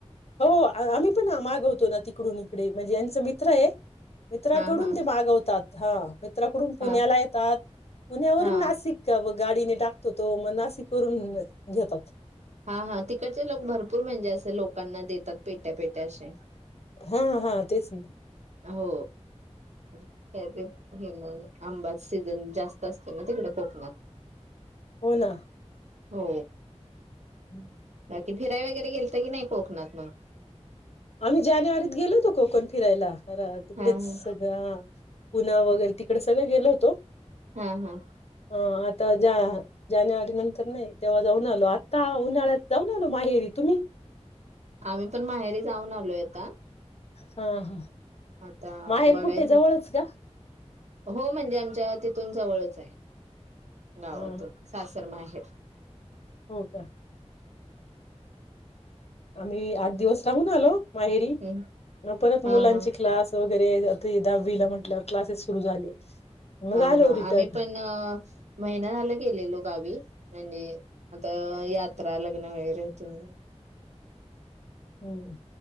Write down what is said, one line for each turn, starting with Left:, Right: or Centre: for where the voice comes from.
Left: हो, आम्ही पणा मागवतो ना तिकडून. इडे म्हणजे यांचा मित्र ए. मित्राकडून
Right: हा हा
Left: ते मागवतात. हां म्त्राकडून पुण्याला
Right: हा
Left: येतात. पुण्यावरून
Right: हा
Left: नासिक का मग? गाडीने टाकतो तो, म नासिक वरून घेतात.
Right: हां-हां तिकडचे लोक भरपूर म्हणजे असे लोकांना देतात पेट्या पेट्या अशे.
Left: हां-हां तेच ना.
Right: हो, <unintelligible> आंबाच सीझन जास्त असतो ना तिकडे कोकणात.
Left: हो ना
Right: हो
Left: <inaudible>
Right: अते फिरायला कधी गेलते की नाही कोकणात म.
Left: आम्ही जानेवारीत गेलो होतो कोकण फिरायला <unintelligible> तिकडेच
Right: हा हा
Left: सगळ पुणं वगैरे तिकडे सगले गेलो होतो
Right: हम् हम्
Left: अ आता जा जानेवारी नंतर नाही तेव्हा जाऊन आलो आता उन्हाळ्यात जाऊन आलो माहेरी तुम्ही
Right: आम्ही पण माहेरी जाऊन आलोय आता
Left: हा हा
Right: आता
Left: माहेर
Right: बघायचं
Left: कुठे जवळच का
Right: हो म्हणजे आमच्या तिथून जवळचये गावात
Left: हा
Right: सासर मा <unintelligible>
Left: हो का आम्ही आठ दिवस राहून आलो माहेरी
Right: हम्म
Left: मग परत मुलांची
Right: हा हा
Left: क्लास वगैरे आता हे दहावीला म्ह ल्या क्लासेस सुरु झाले मग
Right: हा
Left: आलो
Right: हा
Left: रिटर्न
Right: आम्ही पण अ महिना झाला गेलेलो गावी म्हणजे आता यात त्रा लग्न वैगरे होत म्हणून
Left: हम्म